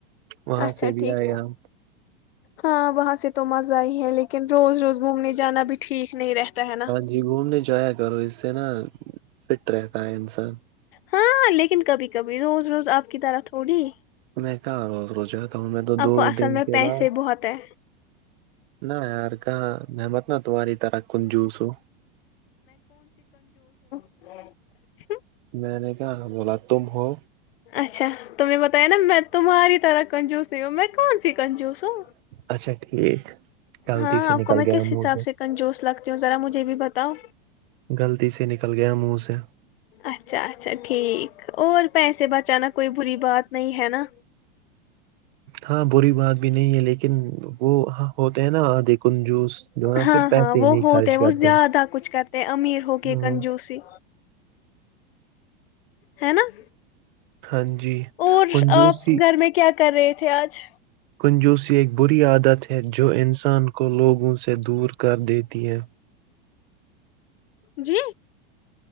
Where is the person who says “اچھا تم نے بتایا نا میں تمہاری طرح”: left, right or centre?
Left